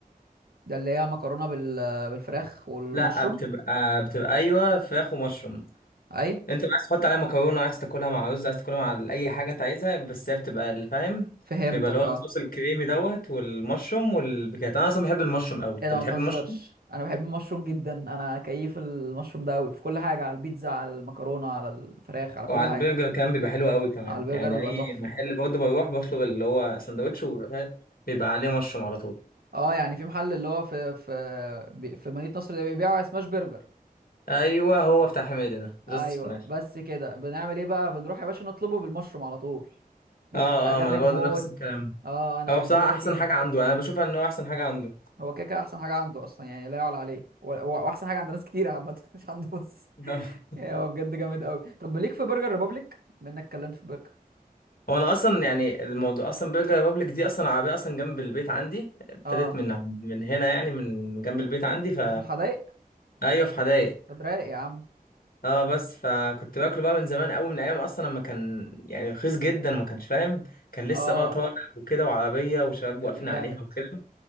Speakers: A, on the right; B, on the left.
A: ده اللي هي مكرونة بال... بالفراخ والمشروم
B: لا بتبقى بتبقى ايوه فراخ ومشروم
A: ايوه
B: انت عايز تحط عليها مكرونه عايز تاكلها مع رز عايز تاكلها مع اي حاجه انت عايزها بس هي بتبقى اللي فاهم
A: فهمتك
B: بيبقى اللي هو الصوص
A: اه
B: الكريمي دوت والمشروم والبيكات انا اصلا بحب المشروم قوي انت
A: ايه ده
B: بتحب
A: ما تهزرش
B: المشروم
A: انا بحب المشروم جدا انا كيف المشروم ده قوي في كل حاجة على البيتزا على المكرونة على الفراخ على كل
B: وعلى
A: حاجة
B: البرجر كمان بيبقى حلو قوي كمان
A: على البرجر
B: يعني
A: بيبقى
B: اي
A: تحفة
B: محل برضه بروح بطلب اللي هو سندوتش وبيبقى بيبقى عليه مشروم على طول
A: اه يعني في محل اللي هو في في بي- في مدينة نصر اللي بيبيعوا سماش برجر
B: ايوه هو بتاع حميدة ده جاست
A: ايوه
B: ماشي
A: بس كده بنعمل ايه بقى بنروح يا باشا نطلبه بالمشروم على طول بيبقى
B: اه
A: جامد
B: اه ما انا برضه
A: موت
B: نفس الكلام
A: اه انا
B: هو
A: بالنسبة
B: بصراحه
A: لي ده
B: احسن
A: كيف
B: حاجه عنده انا بشوفها ان هو احسن حاجه عنده
A: هو كده كده احسن حاجه عنده اصلا يعني لا يعلى عليه هو هو- هو احسن حاجه عند ناس كتير عامه <laughs> مش عنده بس
B: <laughs>
A: يعني هو بجد جامد قوي طب ليك في برجر ريبابليك بما انك اتكلمت في برجر
B: هو انا اصلا يعني الموضوع اصلا برجر ريبابليك دي اصلا عربيه اصلا جنب البيت عندي ابتدت
A: اه
B: من من هنا يعني من جنب البيت عندي ف
A: انت في الحدايق
B: ايوه في حدايق
A: طب رايق يا عم
B: اه بس فكنت باكله بقى من زمان قوي من ايام اصلا لما كان يعني رخيص جدا وما كانش فاهم كان لسه
A: اه
B: بقى طالع وكده وعربيه وشباب
A: بجد
B: واقفين
A: جامد
B: عليها وكده